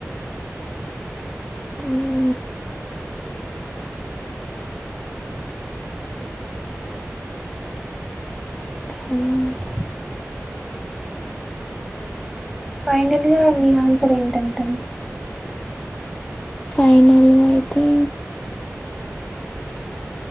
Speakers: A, on the left (about 15°); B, in the centre.
A: హుహ్ పుహ్
B: ఫైనల్ గా మీ ఆన్సర్ ఏంటటన్
A: ఫైనల్ నాయితే